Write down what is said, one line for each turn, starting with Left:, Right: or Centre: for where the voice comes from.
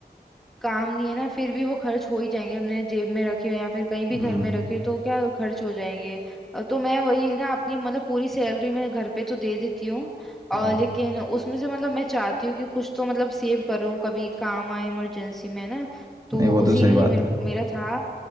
Centre: काम नहीं है ना फिर भी वो खर्च हो ही जाएंगे हमने जेब में रखे हो या फिर कहीं भी
Right: हम्म
Centre: घर में रखे हो तो क्या खर्च हो जाएंगे अ, तो मैं वही ना अपनी मतलब पूरी सैलरी मैं घर पे तो दे देती हूँ
Right: हाँ
Centre: और लेकिन उसमें से मतलब मैं चाहती हूँ कि कुछ तो मतलब सेव करूँ कभी काम आए इमरजेंसी में ना तो
Right: नहीं वो तो
Centre: उसी
Right: सही
Centre: के
Right: बात
Centre: लिए मेरे,
Right: है
Centre: मेरा था